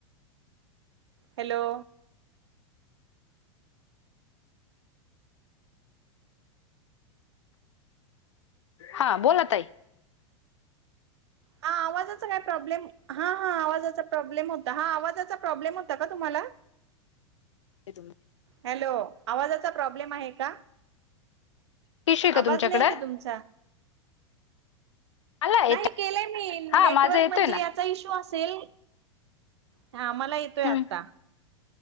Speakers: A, on the right; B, on the left.
A: हॅलो
B: हा बोला ताई
A: हा आवाजाचा काय प्रॉब्लेम हा हा आवाजाचा प्रॉब्लेम होता हा आवाजाचा प्रॉब्लेम होता का तुम्हाला
B: <unintelligible>
A: हॅलो आवाजाचा प्रॉब्लेम आहे का?
B: टिशू आहे का
A: आवाज
B: तुमच्याकडे
A: नय येत ये तुमचा
B: मला येतो
A: नाही केलंय मी
B: हा
A: नेटवर्क
B: माझा येतोय
A: म्हणजे
B: ना
A: या चा इशू असेल हा मला येतोय
B: हम्म.
A: आत्ता.